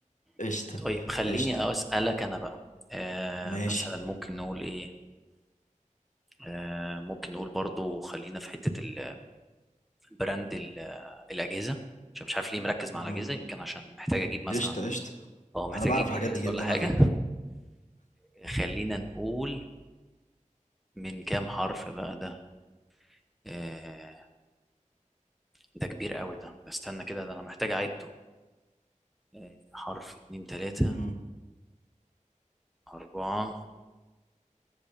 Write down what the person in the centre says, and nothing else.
<laughs> طيب خليني
اسالك انا بقى آه
مثلا ممكن نقول ايه آه ممكن نقول برضو خلينا في حته ال- البراند ال- الاجهزه عشان مش عارف ليه مركز
مع الاجهزه يمكن عشان محتاج اجيب مثلا
اه محتاج
اجيب
جهاز
ولا حاجه
<laughs> خلينا نقول من كام حرف بقى ده آه، ده كبير قوي ده ده استنى كده ده انا محتاج اعده آه، حرف اتنين تلاتة
اربعة